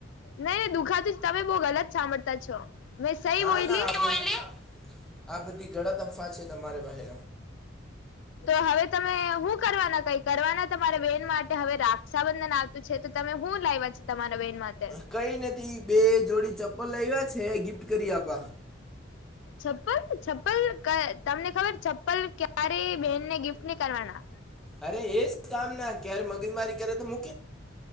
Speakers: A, on the left; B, in the centre.
A: નહી દુખાતું જ તમે બો ગલત સાંભળતા છો મેં સહી
B: ના
A: બોયલી
B: ના આ બધી આ બધી ઘલત તફા છે, તમારે પાહે
A: તો હવે તમે હું કરવાના કઈ કરવાના તમારે બેન માટે હવે રાક્ષાબંધન આ તુ છે, તો તમે હું લાવ્યા છે, તમારા બેન માટે?
B: કઈ નથી બે જોડી ચપ્પલ લાયના છે, ગિફ્ટ કરી આપા
A: છપ્પલ છપ્પલ તમને ખબર છપ્પલ ક્યારે બેહેનને ગિફ્ટ ની કરવાના
B: અરે એ જ કામ ના ક્યારે મગજમારી ક્યારે તો મુ